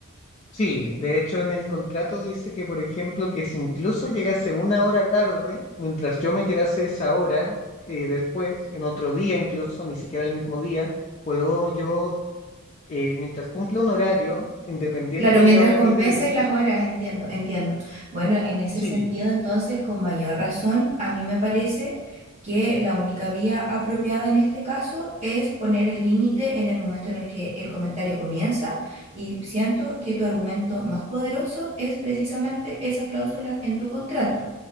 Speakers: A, on the left; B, on the right.
A: Sí, de hecho, en el contrato dice que, por ejemplo, que si incluso llegase una hora tarde, mientras yo me quedase esa hora, eh, después, en otro día incluso, ni siquiera el mismo día, puedo yo, eh, mientras cumpla un horario, independiente
B: Claro, mientras
A: de la hora
B: compenses
A: que llegue.
B: las horas, entiendo, entiendo. Bueno, en ese
A: Sí,
B: sentido, entonces, con mayor razón, a mí me parece que la única vía apropiada en este caso es poner el límite en el momento en el que el comentario comienza y siento que tu argumento más poderoso es precisamente esa cláusula en tu contrato.